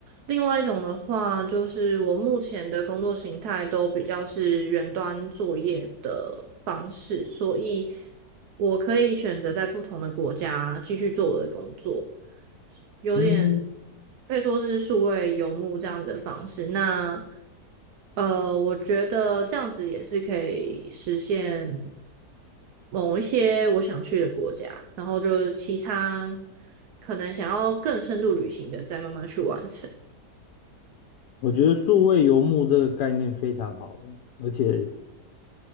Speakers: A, on the right; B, on the left.
A: 另外一种的话，就是我目前的工作形态都比较是远端作业的方式，所以我可以选择在不同的国家继续做我的工作，有点
B: 嗯，
A: 可以说是数位游牧这样子的方式。那呃，我觉得这样子也是可以实现某一些我想去的国家，然后就是其他可能想要更深度旅行的，再慢慢去完成。
B: 我觉得数位游牧这个概念非常好诶，而且